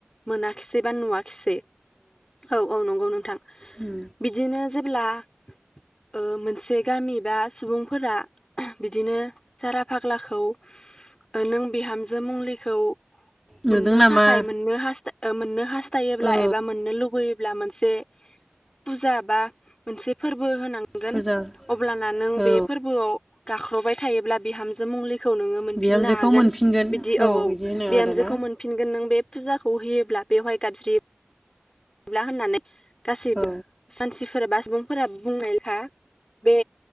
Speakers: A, on the left; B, in the centre.
A: मोनाखिस एबा नुवाखिसै औ औ नंगौ नोंथां
B: उम
A: बिदिनो जेब्ला ओ मोनसे गामि बा सुबुंफोरा बिदिनो जारा फाग्लाखौ नों बिहामजो मंलिखौ
B: नुदों
A: मोननो
B: नामा?
A: थाखाय मोननो हास ओ मोननो थायोब्ला
B: औ
A: एबा मोननो लुुबैयो ब्ला मोनसे फुजा बा मोनसे फोरबो होनां मोनगोन
B: फुजा
A: अब्लाना नों बे
B: औ
A: फोरआव गाख्रबाय थायोब्ला बिहामजो मुंलि खौ नोंङो मोनफिननो
B: बिहामजोखौ
A: हागोन
B: मोनफिनगोन
A: बिदि औ औ
B: बिदि होनो
A: बिहामजोखौ
B: आरोना
A: मोनफिनगोन नों बे फुजाखौ बहियोब्ला बेवहाय गाबज्रियो <unintelligible> होननानै गासैबो
B: औ
A: सानसे सोरबा सुबुंफोरा बुंनाय <unintelligible> बे